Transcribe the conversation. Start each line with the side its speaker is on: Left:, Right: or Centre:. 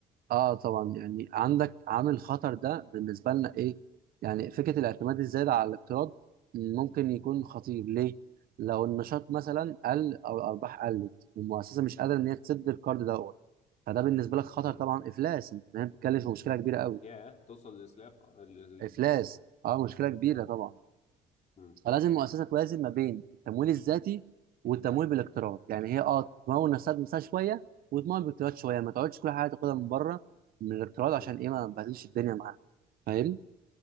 Right: اه طبعا يعني عندك عامل خطر ده بالنسبه لنا ايه يعني فكره الاعتماد الزايد على الاقتراض ممكن يكون خطير ليه لو النشاط مثلا قل او الارباح قلت والمؤسسه مش قادره ان هي تسد القرض دوت فده بالنسبه لك خطر
Left: مم.
Right: طبعا افلاس انت هنا بتتكلم في مشكله كبيره قوي
Left: ياه توصل للإسلاف الإفلاس
Right: افلاس اه مشكله كبيره
Left: اه
Right: طبعا
Left: مم.
Right: فلازم المؤسسه توازن ما بين التمويل الذاتي والتمويل بالاقتراض يعني هي اه تمول نفسها بنفسها شويه وتمول بالاقتراض شويه ما تقعدش كل حاجه تاخدها من بره من الاقتراض عشان
Left: مم.
Right: ايه ما تبهدلش الدنيا معاها فاهم